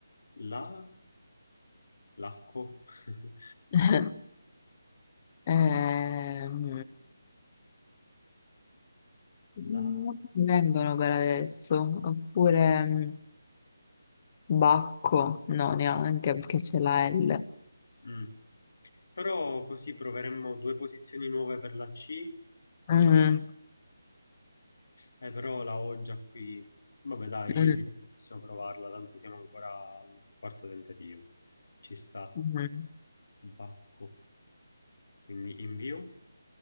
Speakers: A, on the left; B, on the left.
A: La, lacco. <laughs>
B: <laughs> Ehm,
A: La.
B: non mi vengono per adesso, oppure... mm, Bacco, no, neanche perché c'è la L.
A: Mm. Però così proveremmo due posizioni nuove per la C,
B: Mm,
A: eh, però la ho già qui. Vabbè, dai,
B: Mm,
A: io direi che possiamo provarla, tanto siamo ancora al quarto tentativo. Ci sta,
B: mm.
A: bacco. Quindi invio.